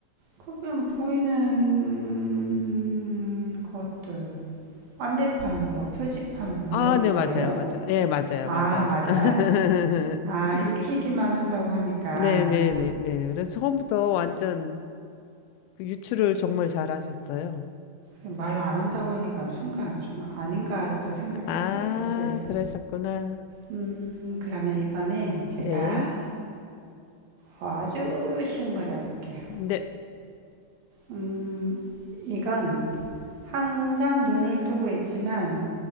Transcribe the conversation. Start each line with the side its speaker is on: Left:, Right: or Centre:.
Right: 그러면 보이는 것들, 안내판, 뭐, 표지판, 뭐,
Left: 아,
Right: 이런
Left: 네,
Right: 거예요?
Left: 맞아요. 맞아요. 예, 맞아요.
Right: 아,
Left: 맞아요.
Right: 맞아요?
Left: <laughs>
Right: 아, 익히기만 한다고 하니까,
Left: 네네네네. 그래서 처음부터 완전 그 유추를 정말 잘하셨어요.
Right: 말 안 한다고 하니까 순간 좀 아닌가 또 생각했어요,
Left: 아,
Right: 사실.
Left: 그러셨구나.
Right: 음, 그러면 이번엔 제가
Left: 네.
Right: 아주 쉬운 거 내볼게요.
Left: 근데
Right: 음, 이건 항상 눈을 뜨고 있지만